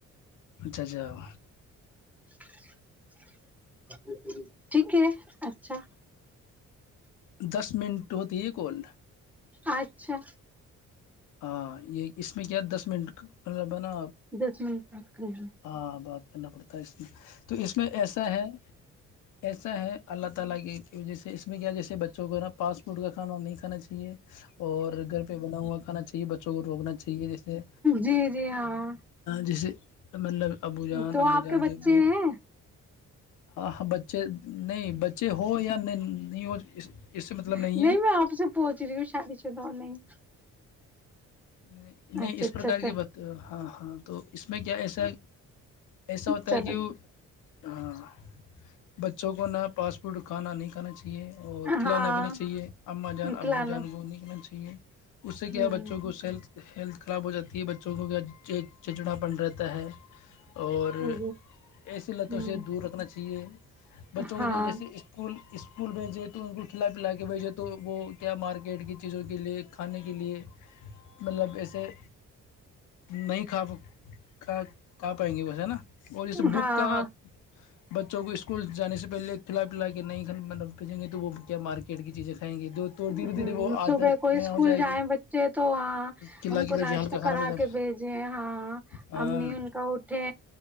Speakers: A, on the left (about 85°); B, in the centre.
A: اچھا اچھا
B: <inaudible> ٹھیک ہے اچھا
A: دس اس منٹ ہوتی ہے کون
B: اچھا
A: ہاں یہ اس میں کیا دس منٹ مطلب ہے نا
B: دس منٹ پس کرے
A: ہاں بات کرنا پڑتا ہے اس تو اس میں ایسا ہے ایسا ہے اللہ تعالی کی وجہ سے اس میں کیا جیسے بچوں کو نا پاسپورٹ کا کام نہیں کھانا چاہیے اور گھر پہ بنا ہوا کھانا چاہیے بچوں کو روکنا چاہیے جیسے
B: جی جی ہاں
A: جیسے مطلب ابو جان
B: تو
A: امی
B: آپ
A: جان
B: کے بچے
A: جو بھی ہے
B: ہیں
A: ہاں ہاں بچے نہیں بچے ہو یا نہیں نہیں ہو اس اس سے مطلب
B: نہیں
A: ہے
B: میں آپ سے پہنچ رہی ہوں شادی چناؤ نہیں <inaudible>
A: نہیں
B: اچھا
A: اس
B: اچھا
A: پرکار
B: اچھا
A: کی بات ہاں ہاں تو اس میں کیا ایسا ایسا ہوتا
B: چلو
A: ہے کہ وہ ہاں بچوں کو فاسٹ فوڈ کھانا نہیں کھانا چاہ چاہیے اور کھلانا
B: ہاں
A: بھی نہیں چاہیے اما جان
B: کھلانا
A: ابو جان وہ چاہیے ھ ہے اس سے کیا
B: ہوں
A: ہے بچوں کو اس سے ہیلتھ خراب ہو جاتی ہے بچوں کو کیا چچڑا پن رہتا ہے اور
B: جی
A: ایسی لتوں
B: ہوں
A: سے دور رکھنا یہ بچوں کو
B: ہاں
A: جو جیسے اسکول اسکول بھیجے تو ان کو کھلا پلا کے بھیجے تو وہ کیا مارکیٹ کی چیزوں کے لیے کھانے کے لیے مطلب ایسے نہیں کھا ک کھا پائیں گے ویسے ہے نا اور جیسے بک
B: ہاں
A: کا
B: ہاں
A: بچوں کو اسکول جانے سے پہلے کھلا پلا کے نہیں بھیجیں گے تو وہ کیا مارکیٹ کی چیزیں کھائیں گے جو تو
B: ہمم
A: دھیرے دھیرے وہ عادت
B: صبح کوئی
A: میں
B: اسکول
A: ہو
B: جائے
A: گی
B: بچے تو ہاں
A: کھلا
B: ان
A: کے
B: کو
A: بھیجے
B: ناشتہ
A: ہلکا کھانا
B: کرا
A: بھیجا
B: کے بھیجیں ہاں
A: ہاں
B: امی ان کا اٹھے